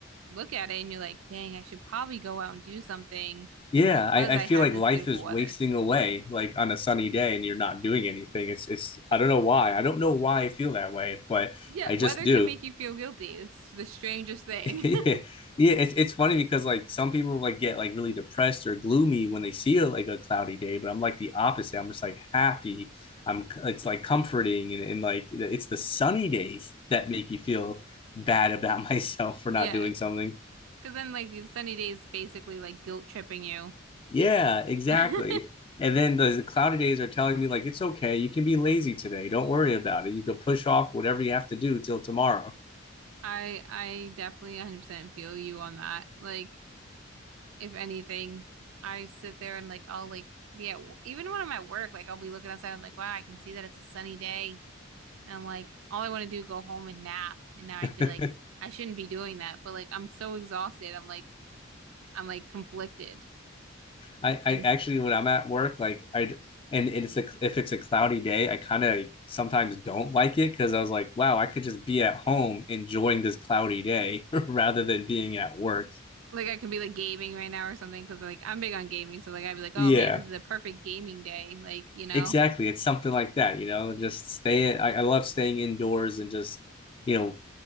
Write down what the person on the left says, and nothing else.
Yeah,
I,
I feel
like
life
is
wasting away like on a sunny day and you're not doing anything. It's it's I don't know why. I don't know why I feel that way, but
I
just do.
<laughs> Yeah.
Yeah, it's it's funny because like some people like get like really depressed or gloomy when they see a, like a cloudy day, but I'm like the opposite. I'm just like happy. I'm it's like comforting and, and like it's the sunny days that make you feel bad about <laughs> myself for
not doing something.
Yeah,
exactly.
And then the cloudy days are telling me, like, it's okay. You can be lazy today. Don't worry about it. You can push off whatever you have to do till tomorrow.
<laughs>
I, I
actually, when I'm at work, like, I, and it's a, if it's a cloudy day, I kind of sometimes don't like it because I was like, wow, I could just be at home enjoying this cloudy day <laughs> rather than being at work.
Yeah,
exactly. It's something like that, you know, just stay. I, I love staying indoors and just, you know,